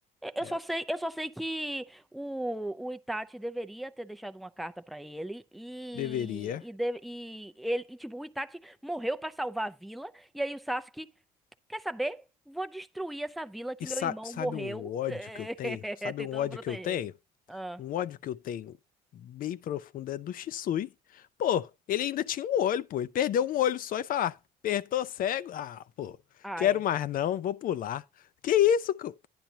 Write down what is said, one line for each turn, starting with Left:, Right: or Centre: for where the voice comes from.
Centre: Eu
Left: É,
Centre: só sei, eu só sei que o, o Itachi deveria ter deixado uma carta pra ele e
Left: deveria.
Centre: e, de- e ele e, tipo o Itachi morreu pra salvar a vila e aí o Sasuke quer saber? Vou destruir essa vila que
Left: E
Centre: meu
Left: sa-
Centre: irmão
Left: sabe
Centre: morreu
Left: um ódio
Centre: <laughs>
Left: que eu tenho? Sabe
Centre: tentando
Left: um ódio
Centre: proteger.
Left: que eu tenho?
Centre: Ah,
Left: um ódio que eu tenho bem profundo é do Shisui. Pô, ele ainda tinha um olho, pô. Ele perdeu um olho só e falar, apertou cego? Ah, pô,
Centre: ah,
Left: quero
Centre: é.
Left: mais não, vou pular. Que isso, co-